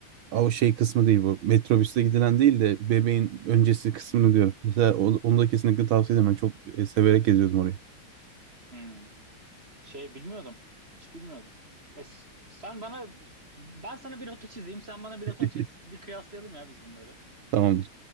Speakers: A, on the right; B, on the right.
A: Aa, O şey kısmı değil bu. Metrobüsle gidilen değil de bebeğin öncesi kısmını diyorum. Mesela onu, onu da kesinlikle tavsiye ederim. Ben çok e, severek geziyoruz orayı.
B: Hmm. Şey bilmiyordum. Hiç bilmiyordum. E, s- sen bana ben sana bir rota çizeyim, sen bana bir
A: <laughs>
B: rota çiz. Bir kıyaslayalım ya biz bunları.
A: Tamamdır.